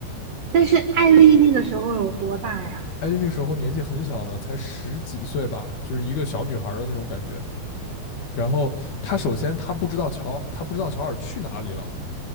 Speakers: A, on the right; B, on the left.
A: 但是艾丽那个时候有多大呀？
B: 艾丽那个时候年纪很小的，才十几岁吧，就是一个小女孩的那种感觉。然后她首先她不知道乔，她不知道乔尔去哪里了，